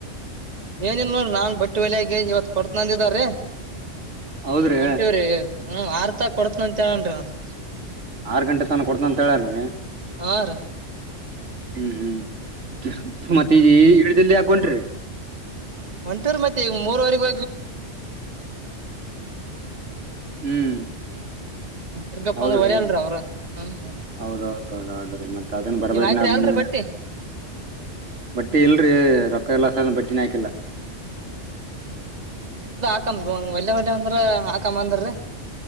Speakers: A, on the right (about 35°); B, on the right (about 75°).
A: ಏನಿಲ್ಲ ನೋಡ ನಾನ್ ಬಟ್ ಬಟ್ಟೆ ವಲೆ ಆಗ ಇವತ್ ಕೊತನಂದಿದಾರೀ
B: ಹೌದ್ರಿ
A: ಒಂಟಿವ್ರಿ ಹ್ಮ ಆರ್ತ ಕೊಡತನ ಅಂತ ಹೇಳನ ಇವತ್ತ್
B: ಆರ್ ಗಂಟೆ ತನ ಕೊಡ್ತನ ಅಂತ ಹೇಳಲ್ರಿ.
A: ಹ ರೀ
B: ಹ್ಮ್ ಹ್ಮ್ ಮತ್ತೆ <unintelligible> ಇಲ್ಲೇ ಯಾಕ್ ಹೊಂಟ್ರಿ
A: ಒಂಟೂರ್ ಮತ್ತೆ ಈ ಮೂರುವರೆ <unintelligible>
B: ಹ್ಮ್
A: ಇಲ್ಕಪ್ಪ
B: ಹೌದ್ರಿ
A: ಅಂದ್ರ ಹೊಲಿಯಲ್ರಿ ಅವ್ರು ಹ್ಮ್
B: ಹೌದೌದ್ದೌದ್ರಿ ಮತ್ತತ್ ಅದನ್ ಬರ್ಬೇರ್
A: ನೀವ್ ಹಾಕ್ರಿ ಅಲ್ರಿ
B: ನಿಮ್ದ
A: ಬಟ್ಟಿ
B: ಬಟ್ಟಿ ಇಲ್ರರಿ ರೊಕ್ಕ ಎಲಾಸ ಬಟ್ಟಿ. ತಿನ್ನಕ್ಕಿಲ್ಲ
A: ಹಾಕ ಒಳ್ಳೆ ಒಳ್ಳೆ ಅಂದ್ರ ಹಾಕಮ್ಮ ಅಂದರೀ